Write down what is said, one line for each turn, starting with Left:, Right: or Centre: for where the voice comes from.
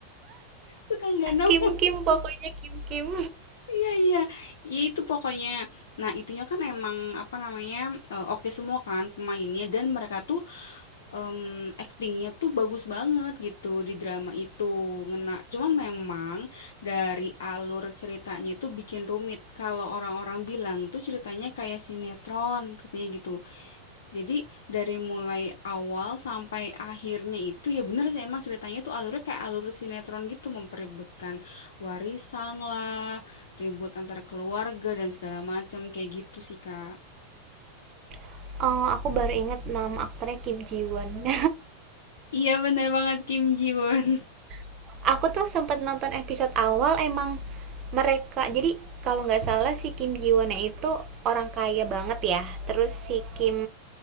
Left: <laughs> suka nggak nemu.
Right: Kim Kim pokoknya Kim Kim
Left: Iya iya. Ya itu pokoknya. Nah, itunya kan emang apa namanya, eee, oke semua kan pemainnya dan mereka tuh Mmm, aktingnya tuh bagus banget gitu di drama itu, ngena. Cuman memang dari alur ceritanya itu bikin rumit, kalau orang-orang bilang tuh ceritanya kayak sinetron katanya gitu. Jadi dari mulai awal sampai akhirnya itu ya bener sih emang ceritanya tuh alurnya kayak alur sinetron gitu, memperebutkan warisan lah, ribut antara keluarga dan segala macam, kayak gitu sih, Kak.
Right: <laughs> oh aku baru inget nama aktornya Kim Ji Won
Left: Iya bener banget, Kim Ji Won.
Right: <laughs> aku tuh sempat nonton episode awal emang mereka jadi kalau nggak salah si Kim Ji Wonnya itu orang kaya banget ya terus si Kim